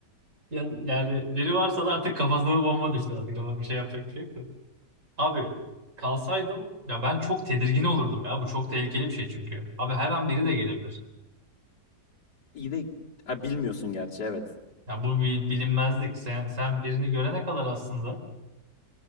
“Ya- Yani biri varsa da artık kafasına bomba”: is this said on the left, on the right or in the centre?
Right